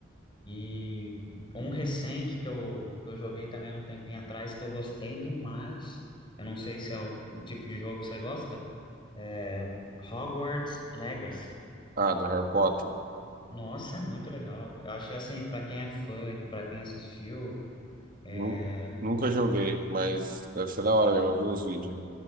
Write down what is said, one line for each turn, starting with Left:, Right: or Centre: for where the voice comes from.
Left: E um recente que eu, que eu joguei também um tempinho atrás que eu gostei demais. Eu não sei se é o, o tipo de jogo que você gosta. É Hogwarts Legacy.
Right: Ah, do Harry Potter.
Left: Nossa, é muito legal. Eu achei assim, pra quem é fã e pra quem assistiu, é,
Right: Nu- Nunca joguei, mas deve ser da hora mesmo. Eu vi uns vídeos. né?